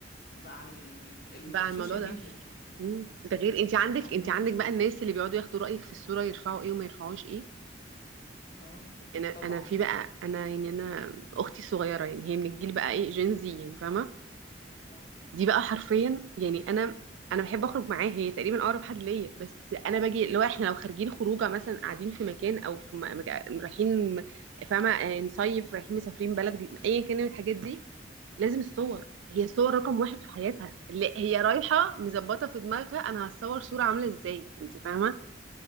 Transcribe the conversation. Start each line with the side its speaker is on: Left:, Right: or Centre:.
Left: بقى عن ال- الم-
Right: بقى
Left: السوشيال
Right: على الموضوع ده
Left: ميديا
Right: امم ده غير انت عندك
Left: عن عن
Right: انت عندك بقى الناس اللي بيقعدوا ياخدوا رأيك في الصورة يرفعوا ايه وما يرفعوش ايه
Left: اه
Right: انا انا
Left: طبعا
Right: في بقى انا يعني انا اختي الصغيرة يعني هي من الجيل بقى ايه جينزي يعني فاهمة
Left: اه
Right: دي بقى حرفيا يعني انا انا بحب اخرج معاه هي تقريبا اقرب حد ليا بس انا باجي لو احنا لو خارجين خروجه مثلا قاعدين في مكان او في م- مك- رايحين م- فاهمه آه، نصيف رايحين مسافرين بلد جديد، ايا كان من الحاجات دي لازم الصور هي الصور رقم واحد في حياتها اللي هي رايحه مظبطه في دماغها انا هتصور صوره عامله ازاي انت فاهمه